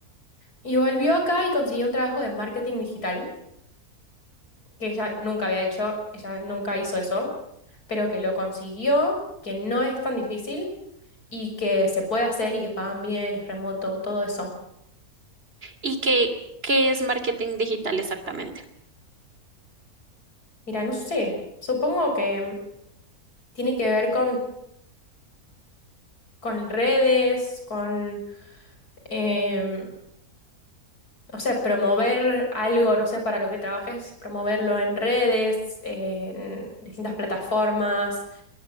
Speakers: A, on the left; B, on the right.
A: Y volvió acá y consiguió un trabajo de marketing digital. que ella nunca había hecho, ella nunca hizo eso, pero que lo consiguió, que no es tan difícil y que se puede hacer y que pagan bien, es remoto, todo eso.
B: ¿Y qué, qué es marketing digital exactamente?
A: Mira, no sé, supongo que mm, tiene que ver con, con redes, con, eh, o sea, promover algo, no sé, para lo que trabajes, promoverlo en redes, en distintas plataformas.